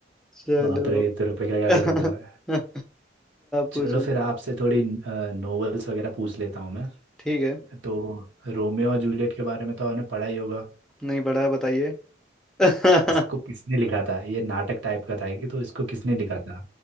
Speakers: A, in the centre; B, on the right (about 85°).
A: चलो
B: बाप रे तेरे पे क्या क्या
A: <laughs>
B: करूंगा मैं
A: आप पूछो
B: चलो फिर आपसे थोड़ी नॉवेल्स वगैरह पूछ लेता हूँ मैं
A: ठीक है
B: तो रोमियो और जूलियट के बारे में तो आपने पढ़ा ही होगा
A: नहीं पढ़ा है, बताइए <laughs> हाँ
B: इसको किसने लिखा था ये नाटक टाइप का था कि तो इसको किसने लिखा था